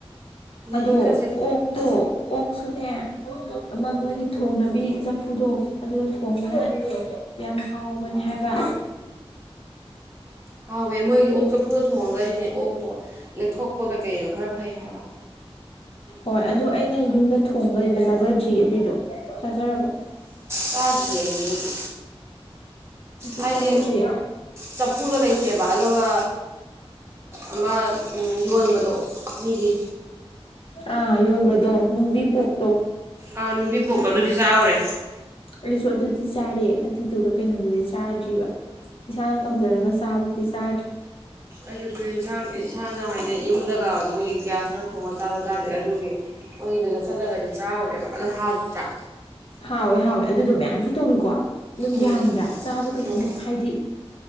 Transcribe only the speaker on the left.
ꯑ ꯑꯗꯣ ꯑꯣꯛꯇꯣ ꯑꯣꯛꯁꯨꯅꯦ ꯑꯃ ꯃꯣꯏꯒꯤ ꯊꯣꯡꯅꯕꯤ ꯆ ꯀꯨꯗꯣ ꯑꯗꯨꯗ ꯊꯣꯡꯕꯅ ꯌꯥꯝ ꯍꯥꯎꯕꯅꯤ ꯍꯥꯏꯕ
ꯍꯣꯏ ꯑꯗꯨ ꯑꯩꯅ ꯌꯨꯝꯗ ꯊꯣꯡꯒ ꯌꯕ ꯆꯥꯖꯗ꯭ꯔꯤ ꯑꯗꯨꯏꯗꯣ ꯆꯥꯖꯔꯕꯣ
ꯑꯩꯁꯨ
ꯆꯥꯗ꯭ꯔꯤ
ꯑ ꯌꯧꯣꯟꯕꯗꯣ ꯕꯤ ꯄꯣꯛꯣꯛꯇꯣ
ꯑꯩꯁꯨ ꯑꯗꯨꯗꯤ ꯆꯥꯔꯦ ꯑꯗꯨꯗꯨꯒ ꯀꯩꯅꯣꯗꯨꯗꯤ ꯆꯥꯗ꯭ꯔꯤꯕ ꯏꯁꯥꯅ ꯇꯧꯖꯔꯒ ꯆꯥꯕꯨꯗꯤ ꯆꯥꯗ꯭ꯔꯦ
ꯍꯥꯎꯋꯦ ꯍꯥꯎꯋꯦ ꯑꯗꯨꯗꯣ ꯃꯌꯥꯝꯁꯨ ꯊꯣꯡꯉꯤꯀꯣ ꯑꯗꯨꯝ
ꯌꯥꯝꯗ꯭ꯔꯥ ꯆꯥꯕ ꯀꯩꯁꯨꯝ
ꯍꯥꯏꯗꯤ